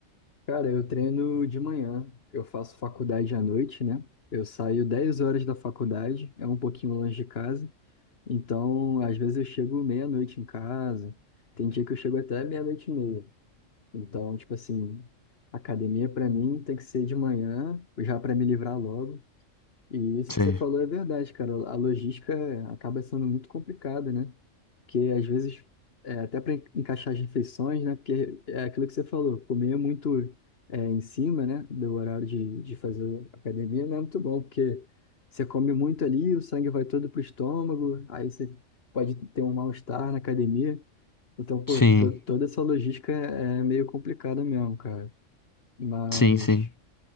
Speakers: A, on the left (about 50°); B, on the left (about 25°).
A: Cara, eu treino de manhã. Eu faço faculdade à noite, né? Eu saio 10 horas da faculdade, é um pouquinho longe de casa. Então, às vezes eu chego meia-noite em casa, tem dia que eu chego até meia-noite e meia. Então, tipo assim, academia pra mim tem que ser de manhã, já pra me livrar logo. E isso
B: Sei.
A: que você falou é verdade, cara. A logística acaba sendo muito complicada, né? que às vezes, é, até para encaixar as refeições, né? Porque é aquilo que você falou, comer é muito é, em cima, né? Do horário de, de fazer academia não é muito bom, porque você come muito ali, o sangue vai todo pro estômago, aí você pode ter um mal-estar na academia. Então, pô,
B: Sim,
A: to- toda essa logística é é meio complicada mesmo, cara. Mas.
B: sim, sim,